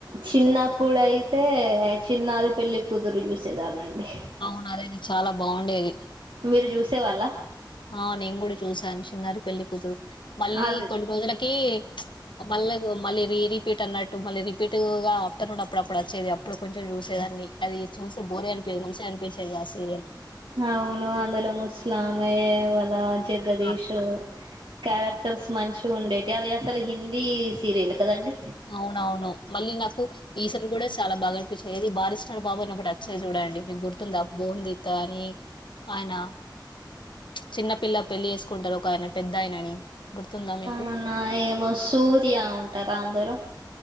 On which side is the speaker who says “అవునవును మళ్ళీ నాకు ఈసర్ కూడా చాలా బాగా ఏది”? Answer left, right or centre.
Left